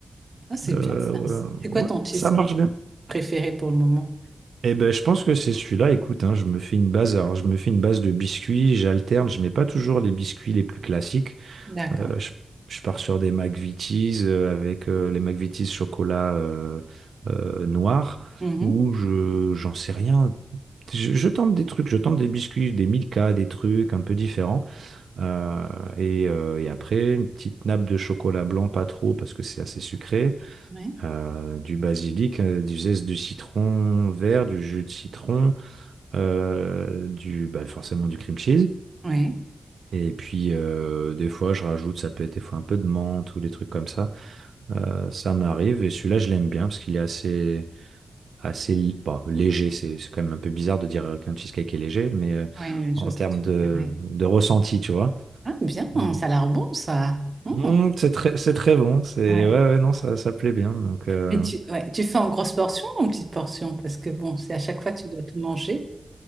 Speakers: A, on the right (about 30°); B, on the right (about 80°).
A: Ah, c'est
B: Euh,
A: bien ça. C'est quoi
B: ouais,
A: ton cheesecake
B: ça marche bien.
A: préféré pour le moment?
B: Eh ben, je pense que c'est celui-là. Écoute, hein, je me fais une base. Alors, je me fais une base de biscuits. J'alterne. Je mets pas toujours les biscuits les plus classiques.
A: D'accord.
B: Euh, je, je pars sur des McVitie's euh, avec euh, les McVitie's chocolat euh, euh, noir
A: Mhm.
B: ou je j'en sais rien. Je, je tente des trucs, je tente des biscuits, des Milka, des trucs un peu différents. Euh, et, euh, et après, une petite nappe de chocolat blanc, pas trop parce que c'est assez sucré.
A: Oui,
B: Euh, du basilic, euh, du zeste de citron vert, du jus de citron, euh, du, bah, forcément du cream cheese.
A: oui,
B: Et puis, euh, des fois, je rajoute, ça peut être des fois un peu de menthe ou des trucs comme ça. Euh, ça m'arrive. Et celui-là, je l'aime bien parce qu'il est assez, assez l- bon, léger. C'est c'est quand même un peu bizarre de dire euh, qu'un cheesecake est léger, mais euh,
A: oui,
B: en
A: je vois
B: termes
A: ce que tu
B: de,
A: veux dire. oui.
B: de ressenti, tu vois.
A: Ah, bien,
B: Euh,
A: ça a l'air bon, ça. Mhm.
B: mm, c'est très, c'est très bon. C'est,
A: Ouais.
B: ouais, ouais, non, ça, ça plaît bien. Donc, euh,
A: Mais tu, ouais, tu fais en grosse portion ou en petite portion? Parce que bon, c'est à chaque fois tu dois tout manger.